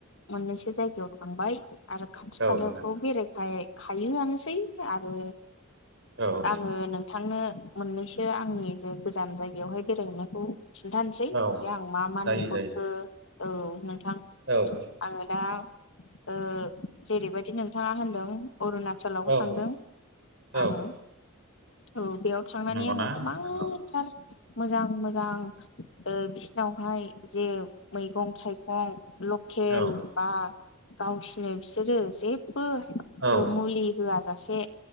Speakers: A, on the left; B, on the right.
A: मोननैसो जायगायाव थांबाय आरो खाथि
B: औ
A: खालायावथ'
B: नोंथां
A: बेरायेखाय खायोआनोसै आरो
B: औ नोंथां
A: आङो नोंथांनो मोननैसो बे आंनि जे गोजान जायगायावहाय बेरायहैनायखौ खिन्थानोसै
B: औ
A: बे आं मा मा
B: जायो
A: नुबोखो
B: जायो
A: औ नों थां
B: औ
A: आङो दा ओ जेरैबायदि नोंथाङा होनदों अरुणाचलावबो
B: औ
A: थांदों आङो
B: औ
A: औ बेयाव थांनानै
B: नंगौना
A: आङो गोबांथार
B: नोंथां औ
A: मोजां मोजां ओ बिसिनावहाय जे मैगं थाइगं लकेल
B: औ
A: बा गावसिनो बिसोरो जे बो
B: औ
A: ओ मुलि होआ जासे